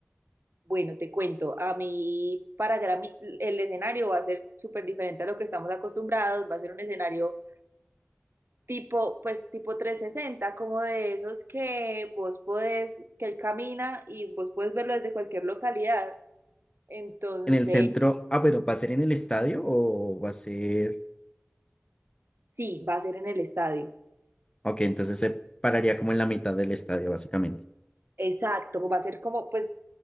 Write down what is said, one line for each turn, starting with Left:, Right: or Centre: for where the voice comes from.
Right: Bueno, te cuento, a mí para Grammy el escenario va a ser súper diferente a lo que estamos acostumbrados, va a ser un escenario tipo, pues tipo 360, como de esos que vos podés, que él camina y vos podés verlo desde cualquier localidad. Entonces,
Left: En el centro, ah, pero ¿va a ser en el estadio o va a ser...?
Right: sí, va a ser en el estadio.
Left: Ok, entonces se pararía como en la mitad del estadio, básicamente.
Right: Exacto, va a ser como, pues,